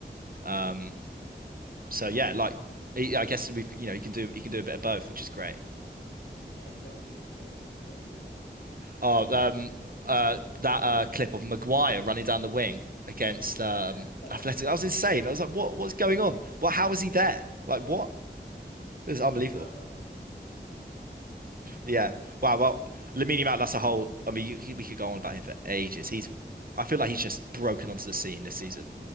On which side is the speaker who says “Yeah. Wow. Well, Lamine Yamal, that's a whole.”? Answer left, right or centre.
Right